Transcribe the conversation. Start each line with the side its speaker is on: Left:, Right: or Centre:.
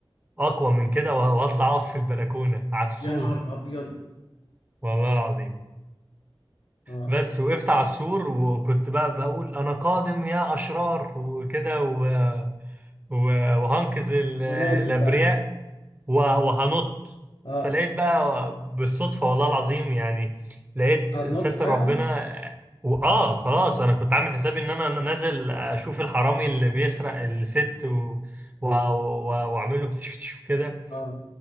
Right: اقوى من كده وه- واطلع اقف في البلكونه على السور
Left: يا نهار ابيض
Right: والله العظيم
Left: اه
Right: بس وقفت على السور وكنت بقى بقول انا قادم يا اشرار وكده و- و- وهنقذ ال-
Left: ونازل
Right: الابرياء
Left: بقى
Right: و- وهنط
Left: اه
Right: فلقيت بقى بالصدفه والله العظيم يعني لقيت
Left: هتنط
Right: ستر
Left: فعلا
Right: ربنا واه خلاص انا كنت عامل حسابي ان انا نازل اشوف الحرامي اللي بيسرق الست و... و... و... واعمل له <laughs> كده
Left: اه